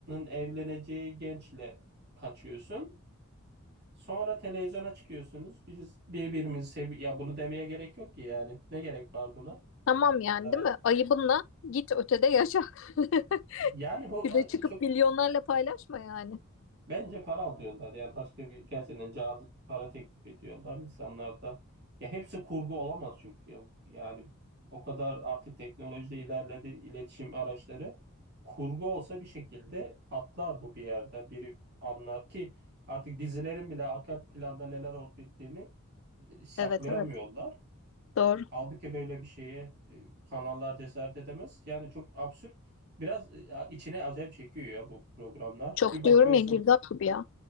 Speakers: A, on the right; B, on the left.
A: evleneceği gençle kaçıyorsun. Sonra televizyona çıkıyorsunuz. Biz birbirimizi sevi ya bunu demeye gerek yok ki yani. Ne gerek var buna?
B: Tamam
A: insanlara
B: yani değil mi? Ayıbınla git ötede yaşa. <laughs>
A: Yani bu
B: Bir de
A: e,
B: çıkıp
A: çok
B: milyonlarla paylaşma yani.
A: bence para alıyorlar. Yani başka bir gerçekten cazip para teklif ediyorlar. İnsanlar da ya hepsi kurgu olamaz çünkü ya. Yani o kadar artık teknolojide ilerledi iletişim araçları. Kurgu olsa bir şekilde patlar bu bir yerde. Biri anlar ki artık dizilerin bile arka planda neler olup bittiğini e, saklayamıyorlar.
B: Evet evet. Doğru.
A: Kaldı ki böyle bir şeye e, kanallar cesaret edemez. Yani çok absürt. Biraz e, içine acayip çekiyor ya bu programlar.
B: Çok
A: Bir bakıyorsun
B: diyorum ya girdap gibi ya.